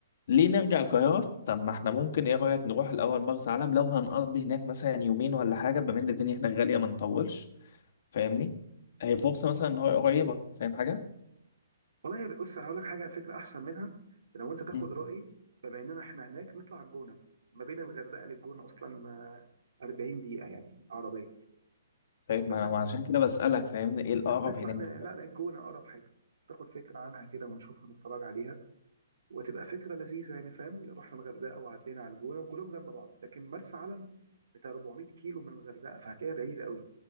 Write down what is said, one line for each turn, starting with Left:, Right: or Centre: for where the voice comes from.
Left: ليه نرجع القاهره طب ما احنا ممكن ايه رايك نروح الاول مرسى علم لو هنقضي هناك مثلا يومين ولا حاجه بما ان الدنيا هناك غاليه ما نطولش فاهمني هي فرصه مثلا ان هو قريبه فاهم حاجه
Right: والله يا بص انا هقول لك حاجه فكره احسن منها لو انت تاخد
Left: مم.
Right: رايي بما اننا احنا هناك نطلع على الجونه ما بين الغردقه للجونه اصلا آه، 40 دقيقه يعني عربيه
Left: طيب
Right: وانت
Left: ما انا ما عشان كده بسالك فاهمني ايه الاقرب
Right: نطلع
Left: هناك
Right: ن- لا لا الجونه اقرب حاجه تاخد فكره عنها كده ونشوفها نتفرج عليها وتبقى فكره لذيذه يعني فاهم رحنا الغردقه وعدينا على الجونه وكلهم جنب بعض لكن مرسى علم بتاع 400 كيلو من الغردقه فهتلاقيها بعيده قوي